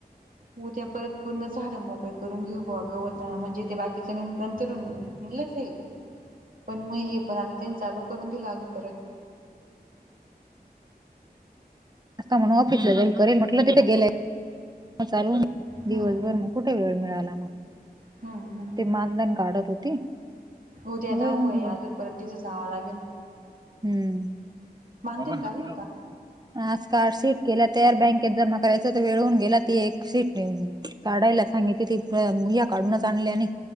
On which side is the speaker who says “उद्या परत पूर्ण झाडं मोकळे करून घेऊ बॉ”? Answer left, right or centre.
Right